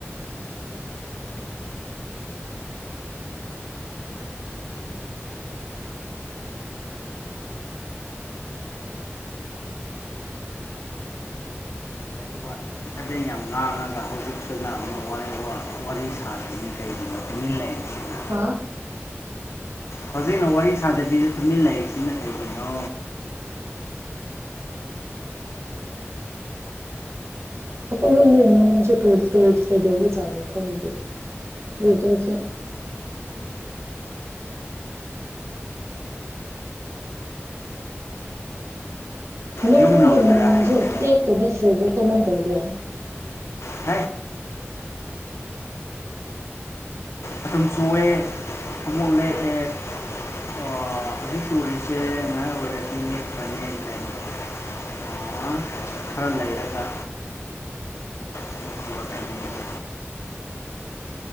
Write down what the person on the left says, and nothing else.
<unintelligible> ꯈꯕꯦꯟ ꯌꯥꯝ ꯉꯥꯡꯉꯒ ꯍꯧꯖꯤꯛꯇꯨꯅ ꯑꯃꯨꯛ ꯋꯥꯔꯤ ꯁꯥꯗ꯭ꯔꯤꯅꯤ ꯀꯩꯒꯤꯅꯣ ꯇꯨꯃꯤꯟ ꯂꯩꯔꯤꯁꯤꯅ
ꯍꯧꯖꯤꯛꯅ ꯋꯥꯔꯤ ꯁꯥꯗꯕꯤꯁꯦ ꯇꯨꯃꯤꯟ ꯂꯥꯏꯔꯤꯛꯁꯤꯅ ꯀꯩꯒꯤꯅꯣ
ꯌꯨꯝ ꯂꯣꯝꯗꯔ
ꯍꯥꯏꯁꯦ
<unintelligible> ꯃꯇꯝ ꯆꯨꯑꯦ ꯑꯃꯨꯛ ꯑꯃ ꯂꯦꯛꯑꯦ꯫ ꯍꯧꯖꯤꯛ ꯆꯨꯔꯤꯁꯦ ꯉꯥꯏꯍꯥꯛ ꯑꯣꯏꯔꯗꯤ ꯂꯦꯛꯄꯅꯦ ꯂꯩꯅꯤ꯫ ꯑꯥ ꯈꯔꯥ ꯂꯩꯔꯒ꯫ <unintelligible>